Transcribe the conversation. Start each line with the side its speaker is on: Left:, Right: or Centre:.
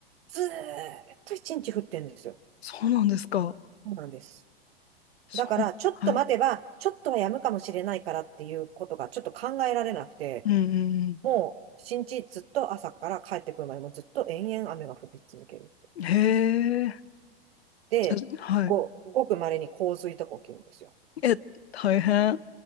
Right: ずーっと一日降ってるんですよ。
Left: そうなんですか。
Right: そうなんです。
Left: そう、
Right: だから、ちょっと待てば、
Left: はい。
Right: ちょっとは止むかもしれないからっていうことがちょっと考えられなくて、
Left: うんうん
Right: もう、新日ずっと朝から帰ってくるまでもずっと延々雨が降り続ける。
Left: うん。へえ、
Right: で、
Left: ちはい。
Right: ご、ごく稀に洪水とか起きるんですよ。
Left: え、大変。